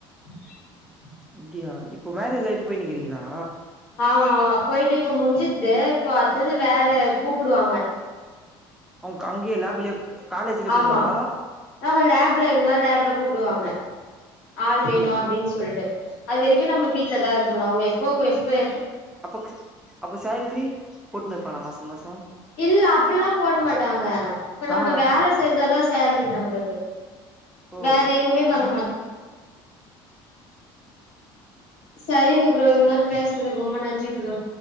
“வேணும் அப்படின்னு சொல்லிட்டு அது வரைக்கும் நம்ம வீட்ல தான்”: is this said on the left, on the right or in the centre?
Left